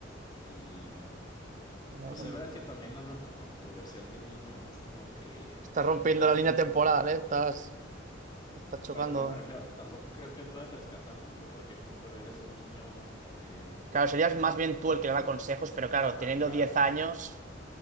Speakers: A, on the left (about 25°); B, on the right (about 40°).
A: Y,
B: cuidado
A: pues,
B: con-
A: es verdad que también hablando con tu versión de niño, no es como que
B: Estás rompiendo
A: puedas...
B: la línea temporal, ¿eh? Estás,
A: Ujú.
B: estás chocando.
A: Pero me refiero, tampoco creo que puedas rescatar mucho porque justo eres un niño... eh,
B: Claro, serías más bien tú el que le da consejos, pero claro,
A: Ajá,
B: teniendo
A: claro.
B: 10 años,